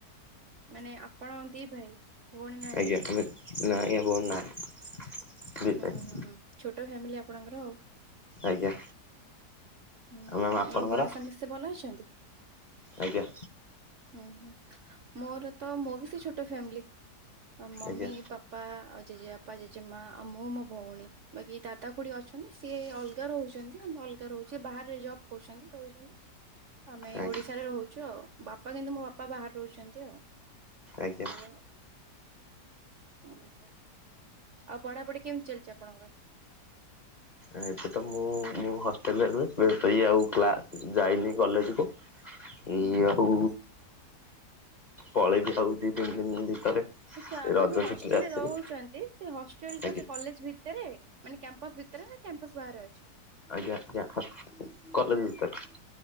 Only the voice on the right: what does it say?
ମାନେ ଆପଣ ଦି ଭାଇ? ଭଉଣୀ ନାହାନ୍ତି?
ଉଁ ହୁଁ ଛୋଟ ଫ୍ୟାମିଲି ଆପଣଙ୍କର ଆଉ।
ହୁଁ ହୁଁ
ଆଉ ଘରେ ସମସ୍ତେ ଭଲ ଅଛନ୍ତି?
ଉଁ ହୁଁ ମୋର ତ ମୋ ବି ସେଇ ଛୋଟ ଫ୍ୟାମିଲି ମମି
ପା ପା ଆଉ ଜେଜେ ବାପା ଜେଜେ ମା ଆଉ ମୁଁ ମୋ ଭଉଣୀ। ବାକି ଦାଦା କୁଡି ଅଛନ୍ତି ସିଏ ଅଲଗା ରହୁଛନ୍ତି ଆମେ ଅଲଗା ରହୁ ସେ ବାହରେ ଜବ୍ କରୁଛନ୍ତି ରହୁଛନ୍ତି। ଆମେ
ଓଡିଶାରେ ରହୁଛୁ ଆଉ ବାପା କିନ୍ତୁ ମୋ ବାପା ବାହାରେ ରହୁଛନ୍ତି ଆଉ।
ଏୟା। ଉଁ ହୁଁ ଆଉ ପଢାପଢି କେମିତି ଚାଲିଛି ଆପଣଙ୍କର?
ହୁଁ ହୁଁ
ହୁଁ ହୁଁ।
ଆଚ୍ଛା ଆପଣ
ଯୋଉ ହଷ୍ଟେଲରେ
ରହୁଛ ନ୍ତି ସେ ହଷ୍ଟେଲ ଟା
ସେ କଲେଜ୍ ଭିତରେ ମାନେ କ୍ୟାମ୍ପସ ଭିତରେ ନାଁ କ୍ୟାମ୍ପସ ବାହାରେ ଅଛି?